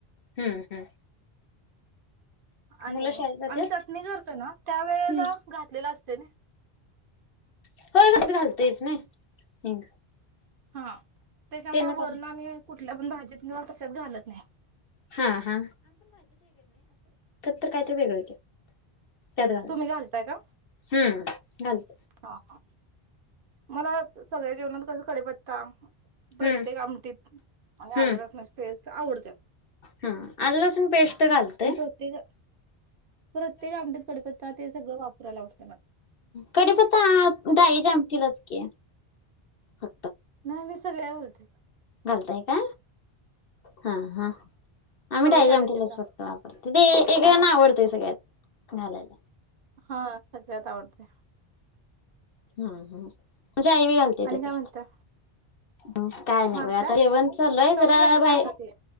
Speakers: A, on the left; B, on the right.
A: हम्म हम्म.
B: आणि
A: मुलं शाळेत जात्यात?
B: आम्ही चटणी करतोय ना त्यावेळेला
A: हम्म.
B: घातलेल असतय नी
A: <inaudible>
B: हा <inaudible> त्याच्यामुळे
A: त्यानं काय
B: वरण आणि कुठल्या पण भाजीत कवा कशातक् घालत नाही.
A: हा हा काय तर वेगळ <inaudible>
B: तुम्ही घालताय का?
A: हम्म. <unintelligible>
B: हा हा मला सगळ्या जेवणात कसं कढीपत्ता प्रत्येक
A: हम्म
B: आमटीत आणि
A: हम्म
B: आलं लसणाची पेस्ट. आवडत्या
A: हा आलं लसूण पेस्ट
B: <inaudible>
A: घालतोय.
B: प्रत्येक आमटीत कढीपत्ता तर ते सगळ वापरायलावतं.
A: कढीपत्ता डाळीच्या आमटीलाच की ह
B: नाही मी सगळे होत. त
A: चालतय का. हा हा आम्ही
B: सवय
A: डाळीच्या
B: झालं
A: आमटीलाच
B: ते आता.
A: फक्त एकेकांना आवडतं. ते सगळ्यात घालायचं.
B: हा सगळ्यात आवडतय.
A: हा हम. म्हणजे आई मी घालते
B: आणि
A: तकडे
B: काय म्हणता?
A: ह काय नाही
B: हा
A: बघ आता
B: का?
A: जेवण चालल आहे
B: सवय
A: जरा
B: झालं
A: बाई
B: ना आता ते.